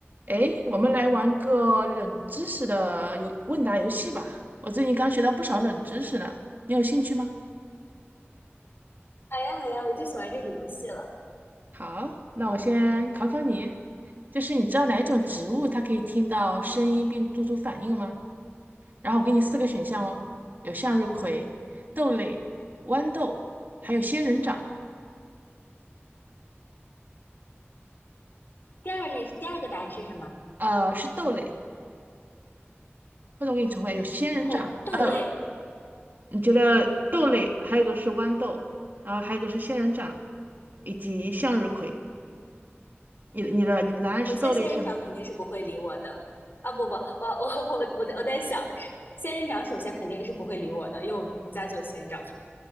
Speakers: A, on the right; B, on the left.
A: 诶，我们来玩个冷知识的游问答游戏吧。我最近刚学到不少冷知识呢，你有兴趣吗？
B: 好呀，好呀，我最喜欢这里游戏了。
A: 好，那我先考考你，就是你知道哪一种植物它可以听到声音并做出反应吗？然后我给你四个选项哦，有向日葵、豆类、豌豆，还有仙人掌。
B: 第二类，第二个答案是什么？
A: 呃，是豆类，或者我给你重复一下有仙人掌。
B: 哦，豆类。
A: 呃，你觉得豆类，还有一个是豌豆，然后还有一个是仙人掌，以及向日葵。你的你的你的答案是豆类是吗？
B: 首先，仙人掌肯定是不会理我的啊！不不，我我我我在我在想，仙人掌首先肯定是不会理我的，因为我们家就有仙人掌。